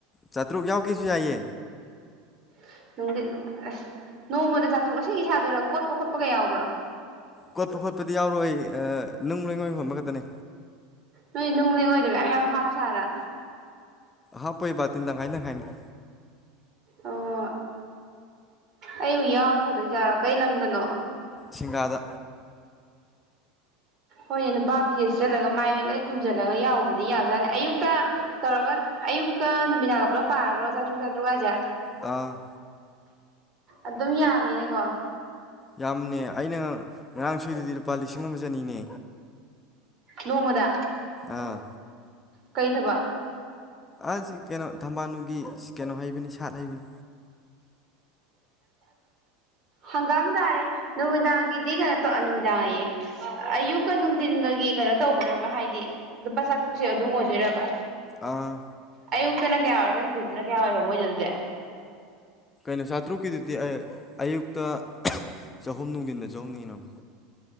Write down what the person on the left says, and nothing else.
ꯆꯥꯇ꯭ꯔꯨꯛ ꯌꯥꯎꯒꯦꯁꯨ ꯌꯥꯏꯌꯦ
ꯀꯣꯠꯄ ꯈꯣꯠꯄꯗꯤ ꯌꯥꯎꯔꯣꯏ ꯅꯨꯡ ꯂꯩꯉꯣꯏ ꯍꯣꯟꯕ ꯈꯛꯇꯅꯤ
ꯍꯥꯞꯄꯣꯏ ꯕꯥꯇꯤꯟ ꯇꯪꯈꯥꯏ ꯇꯣꯈꯥꯏ ꯅꯤ
ꯁꯤꯡꯒꯥꯗ
ꯑꯥ
ꯌꯥꯝꯅꯦ ꯑꯩꯅ ꯉꯔꯥꯡ ꯁꯨꯏꯗꯨꯗꯤ ꯂꯨꯄꯥ ꯂꯤꯁꯤꯡ ꯑꯃ ꯆꯅꯤꯅꯦ
ꯑꯥ
ꯑꯁꯤ ꯀꯩꯅꯣ ꯊꯝꯕꯥꯅꯨꯒꯤ ꯀꯩꯅꯣ ꯍꯩꯕꯅꯤ ꯁꯥꯠ ꯍꯩꯕꯅꯤ
ꯑꯥ
ꯅ ꯆꯥꯇꯔꯨꯛꯀꯤꯗꯗꯨꯗꯤ ꯑꯩ ꯑꯌꯨꯛꯇ ꯆꯍꯨꯝ ꯅꯨꯡꯊꯤꯟꯗ ꯗꯣ ꯍꯪꯉꯤꯅꯤ